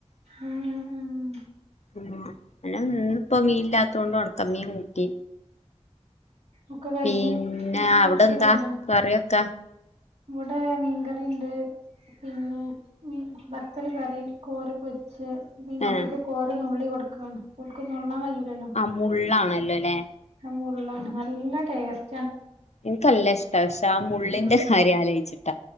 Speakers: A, on the right; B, on the left.
A: ഉം ഉം ഉം
B: ഉം അല്ല ഇന്ന്പ്പോ മീന് ഇല്ലാത്തൊണ്ട് ഒടക്ക മീൻ കൂട്ടി
A: ഒക്കെ കഴിഞ്ഞ്
B: പിന്നെ
A: ഇജ്ജ് കെടക്കലോടങ്യോ
B: അവിടെ എന്താ കറിയൊക്കെ
A: ഇവടെ മീൻ കറിണ്ട് പിന്നെ മി ബത്തല് കറി, കോര പൊരിച്ചെ ഇപ്പെയീ മക്കക്ക്
B: ഏഹ്
A: കോര നുള്ളി കൊട്ക്കാണ് ഓൽക്ക് നുള്ളാൻ കയ്യുലല്ലോ
B: മുള്ളാണല്ലോല്ലെ?
A: മുള്ളാണ് നല്ല ടേസ്
B: ഇൻക്കല്ലെഷ്ടാ പക്ഷെ ആ മുള്ളിന്റെ
A: ഉം
B: കാര്യ ആലോയ്ച്ചിട്ടാ